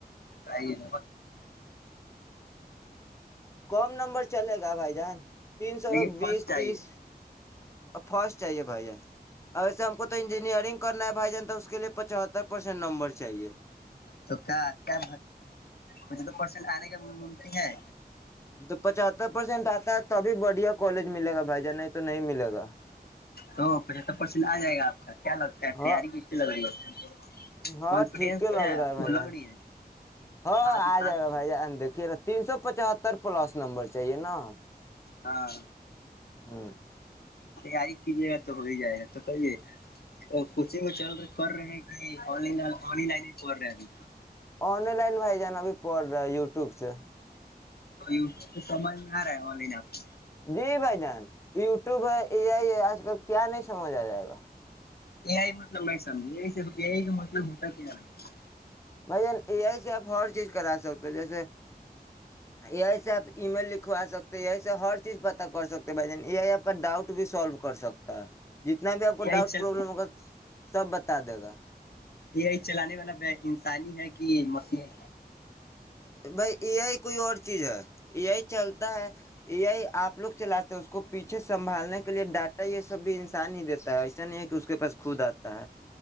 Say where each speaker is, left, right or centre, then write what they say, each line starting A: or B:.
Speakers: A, on the left; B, on the left.
A: نہیں
B: کم نمبر چلے گا بھائی جان تین سو
A: لیکن فرسٹ
B: بیس
A: چاہیے
B: تیس فرسٹ چاہیے بھائی جان ا ایسے ہم کو تو انجینئرنگ کرنا ہے بھائی جان تو اس کے لیے پچہتر پرسینٹ نمبر چاہیے
A: تو کیا کیا مجھے تو پرسینٹ آنے کا ممکن ہے
B: تو پچہتر پرسینٹ آتا ہے تبھی بڑھیا کالج ملے گا بھائی جان نہیں تو نہیں ملے گا
A: تو پچہتر پرسینٹ آ جائے گا آپ کا کیا لگتا ہے
B: ہاں
A: تیاری کس سے لگ رہی ہے
B: ہاں
A: کانفیڈینس
B: ٹھیک
A: میں
B: لگ
A: آپ
B: رہا ہے
A: کو
B: بھائی
A: لگ
B: جان
A: رہی ہے
B: ہاں
A: آج
B: آ جائے
A: آج
B: گا بھائی جان دیکھیے تین سو پچہتر پلس نمبر چاہیے نا
A: ہاں <unintelligible>
B: ہ <unintelligible>
A: آ <unintelligible> یے گا تو ہو ہی جائے گا تو کہیے کوچنگ چل رہ کر رہے ہیں کہ لائن ہی پڑھ رہے ہیں ابھی
B: آن لائن بھائی جان ابھی پڑ رہا ہے یوٹیوب سے
A: تو یوب تو سمجھ میں آ رہا ہے آن لائن آپ کو
B: جی بھائی جان یوٹیوب ہے اے آئی ہے آج کل کیا نہیں سمجھ آ جائے گا ا <inaudible>
A: اے آئی مطلب میں سمجے آئی صف اے آئی کا مطلب ہوتا کیا ہے
B: بھائی اے آئی سے آپ ہر چیز کرا سکتے جیسے اے آئی سے ایپ ای میل لکھ کوا سکتے یہی سے ہر چیز پتا کر سکتے بھائی جان یہ آپ کا ڈاؤٹ بھی سالو کر سکتا ہے جتنا بھی آپ کو
A: یہی
B: ڈاؤٹ
A: چل
B: پرابلم ہوگا سب بتا دے گا
A: یہ چلانے والا انسانی ہے کہ مسیح ہے
B: بھائی اے آئی کوئی اور چیز ہے یہی چلتا ہے یہ آپ لوگ چلاتے ہیں اس کو پیچھے سنبھالنے کے لیے ڈاٹا یہ سب بھی انسان ہی دیتا ہے ایسا نہیں ہے کہ اس کے پاس خود آتا ہے